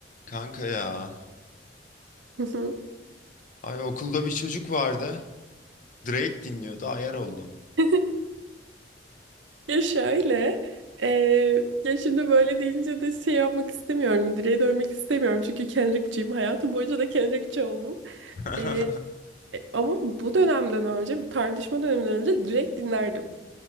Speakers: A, on the left; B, on the right.
A: Kanka ya.
B: Hı hı.
A: Ay okulda bir çocuk vardı. Drake dinliyordu. Ayar oldum.
B: <laughs> Ya şöyle, eee, ya şimdi böyle deyince de şey yapmak istemiyorum, direğe dönmek istemiyorum çünkü Kendrick'ciyim, hayatım boyunca da Kendrick'ci oldum.
A: <laughs>
B: Eee, e, ama bu dönemden önce, bu tartışma döneminden önce Drake dinlerdim.